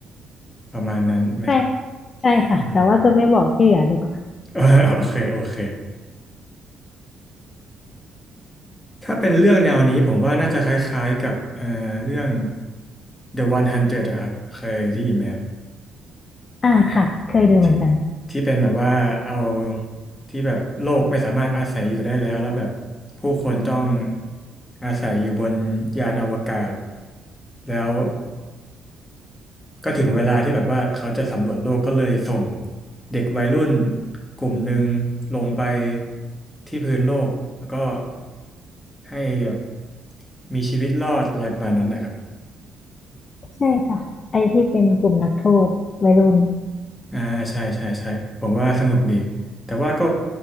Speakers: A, on the left; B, on the left.
A: ประมาณนั้นไหมครับ
B: ใช่ใช่ค่ะแต่ว่าจะไม่บอกที่เหลือดีกว่า
A: อืม <laughs> โอเคโอเคถ้าเป็นเรื่องแนวนี้ผมว่าน่าจะคล้ายๆกับเอ่อเรื่อง The 100อยอะครับเคยได้ยินไหมครับ
B: อ่าค่ะเคยดูเหมือนกัน
A: ที่ที่เป็นแบบว่าเอาที่แบบโลกไม่สามารถอาศัยอยู่ได้แล้วแล้วแบบผู้คนต้องอาศัยอยู่บนยานอวกาศแล้วก็ถึงเวลาที่แบบว่าเขาจะสำรวจโลกก็เลยส่งเด็กวัยรุ่นกลุ่มหนึ่งลงไปที่พื้นโลกแล้วก็ให้แบบมีชีวิตรอดอะไรประมาณนั้นนะครับ
B: ใช่ค่ะไอที่เป็นกลุ่มนักโทษวัยรุ่น
A: อ่าใช่ใช่ใช่ผมว่าสนุกดีแต่ว่าก็